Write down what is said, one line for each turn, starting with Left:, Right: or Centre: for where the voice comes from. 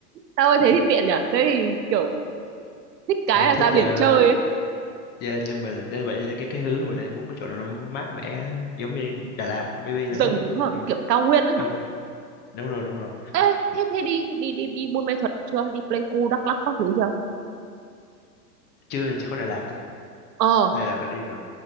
Right: tao ơi, thế thì tiện nhỉ? Thế thì kiểu thích cái
Left: Mình
Right: là
Left: thích
Right: ra biển
Left: ờ,
Right: chơi
Left: chỗ
Right: ấy.
Left: Dạ nhưng mà lại nên vậy nên cái cái hướng mà mình lại muốn cái chỗ nào nó mát mẻ giống như Đà Lạt maybe là
Right: Rừng
Left: đó.
Right: hả?
Left: Kiểu
Right: Kiểu cao nguyên
Left: Đúng
Right: hả?
Left: đúng rồi đúng rồi.
Right: Ê, thế thế đi đi đi đi Buôn Mê thuật chưa đi Pleiku Đắk Lắk các thứ chưa
Left: Chưa thì chỉ có Đà Lạt thôi.
Right: Ờ,
Left: Đà Lạt là đi rồi.